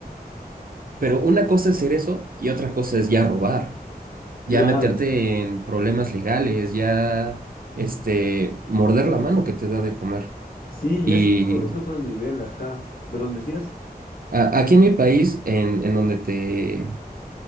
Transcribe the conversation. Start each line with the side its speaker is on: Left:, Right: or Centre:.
Right: pero una cosa es ser eso y otra cosa es ya robar,
Left: claro.
Right: ya meterte en problemas legales, ya, este, morder la mano que te da de comer.
Left: Sí,
Right: Y
Left: ya es otro, es otro nivel, ajá. ¿Pero dónde decías?
Right: a- aquí en mi país, en, en donde te,